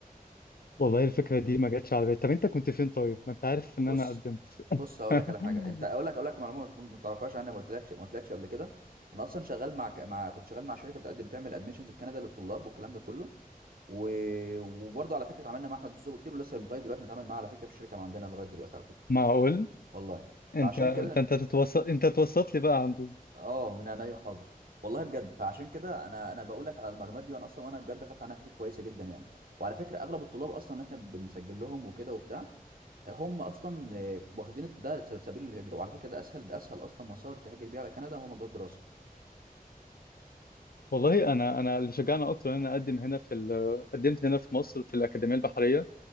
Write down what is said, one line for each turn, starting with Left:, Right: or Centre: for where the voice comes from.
Left: والله الفكره دي ما جاتش على بالي طب انت كنت فين طيب ما انت عارف ان
Right: بص
Left: انا قدمت
Right: بص هقول
Left: <laughs>
Right: لك على حاجه انت اقول لك اقول لك معلومه ما تكون ما تعرفهاش انا ما قلتلكش ما قلتلكش قبل كده انا اصلا شغال مع ك- مع كنت شغال مع شركه بتقدم بتعمل ادميشنز في كندا للطلاب والكلام ده كله و... وبرضه على فكره اتعاملنا مع احمد الزوبي كتير ولسه لغايه دلوقتي بنتعامل معاه على فكره في الشركه ما عندنا لغايه دلوقتي على فكره
Left: معقول
Right: والله
Left: انت
Right: فعشان
Left: ده
Right: كده
Left: انت تتوسط انت توسط لي بقى عنده
Right: اه من عينيا حاضر والله بجد فعشان كده انا انا بقول لك على المعلومات دي وانا اصلا وانا بجد خدت عنها فكره كويسه جدا يعني وعلى فكره اغلب الطلاب اصلا اللي احنا بنسجل لهم وكده وبتاع هم اصلا آه، واخدين ده س- سبيل الهجره وعلى فكره ده اسهل ده اسهل اصلا مسار تهاجر بيه على كندا هو موضوع الدراسه
Left: والله انا انا اللي شجعني اكتر ان انا اقدم هنا في ال- قدمت هنا في مصر في الاكاديميه البحريه